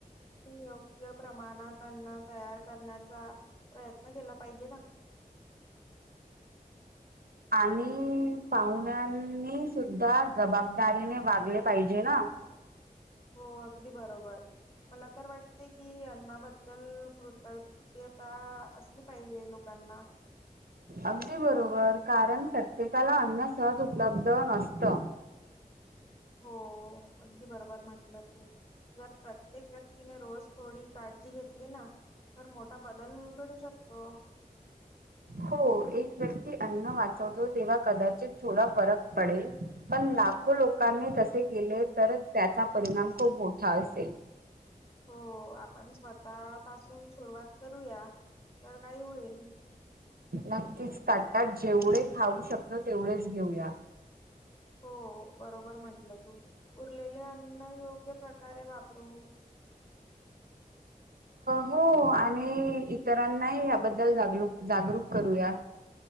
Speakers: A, on the left (about 35°); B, on the right (about 80°).
A: योग्य प्रमाणात अन्न तयार करण्याचा प्रयत्न केला पाहिजे ना.
B: आणि पाहुण्यांनी सुद्धा जबाबदारीने वागले पाहिजे ना.
A: हो अगदी बरोबर मला तर वाटते कि अन्नाबद्दल कृतज्ञता असली पाहिजे लोकांना
B: अगदी बरोबर कारण प्रत्येकाला अन्न सहज उपलब्ध नसतं.
A: हो अगदी बरोबर म्हटलं तू जर प्रत्येक व्यक्तीने रोज थोडी काळजी घेतली ना तर मोठा बदल घडू शकतो.
B: हो एक व्यक्ती अन्न वाचवतो तेव्हा कदाचित थोडा फरक पडेल पण लाखो लोकांनी तसे केले तर त्याचा परिणाम खूप मोठा असेल.
A: हो आपण स्वतः पासून सुरुवात करूया तर काय होईल.
B: नक्कीच ताटात जेवढे खाऊ शकतो तेवढेच घेऊया.
A: हो बरोबर म्हंटलं तू उरलेले अन्न योग्य प्रकारे वापरू.
B: हो आणि इतरांनाही याबद्दल जाग जागरूक करूया.